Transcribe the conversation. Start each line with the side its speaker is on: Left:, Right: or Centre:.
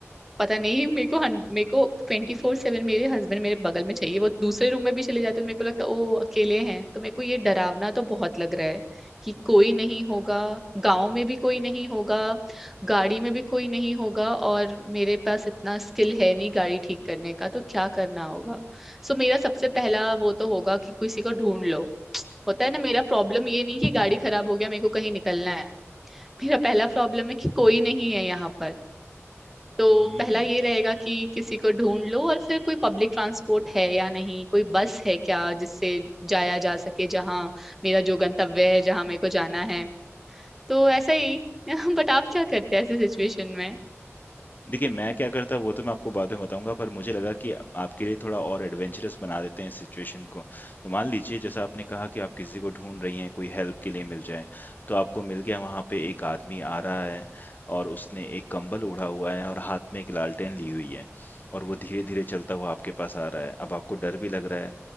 Centre: पता नहीं मेरे को हन- मेरे को ट्वेंटी फोर सेवन मेरे हस्बैंड मेरे बगल में चाहिए वो दूसरे रूम में भी चले जाते हैं तो मेरे को लगता है ओ अकेले हैं तो मेरे को ये डरावना तो बहुत लग रहा है कि कोई नहीं होगा गांव में भी कोई नहीं होगा गाड़ी में भी कोई नहीं होगा और मेरे पास इतना स्किल है नहीं गाड़ी ठीक करने का तो क्या करना होगा सो मेरा सबसे पहला वो तो होगा कि किसी को ढूंढ लो होता है ना मेरा प्रॉब्लम ये नहीं कि गाड़ी खराब हो गया मेरे को कहीं निकलना है मेरा पहला प्रॉब्लम है कि कोई नहीं है यहाँ पर तो
Left: हम्म
Centre: पहला ये रहेगा कि किसी को ढूंढ लो और फिर कोई पब्लिक ट्रांसपोर्ट है या नहीं कोई बस है क्या जिससे जाया जा सके जहाँ मेरा जो गंतव्य है जहाँ मेरे को जाना है तो ऐसा ही <laughs> बट आप क्या करते हैं ऐसे सिचुएशन में
Left: देखिए, मैं क्या करता वो तो मैं आपको बाद में बताऊँगा, पर मुझे लगा कि आपके लिए थोड़ा और एडवेंचरस बना देते हैं इस सिचुएशन को। तो मान लीजिए जैसा आपने कहा कि आप किसी को ढूँढ रही हैं, कोई हेल्प के लिए मिल जाए, तो आपको मिल गया वहाँ पे एक आदमी आ रहा है और उसने एक कंबल ओढ़ा हुआ है और हाथ में एक लालटेन ली हुई है और वो धीरे-धीरे चलता हुआ आपके पास आ रहा है। अब आपको डर भी लग रहा है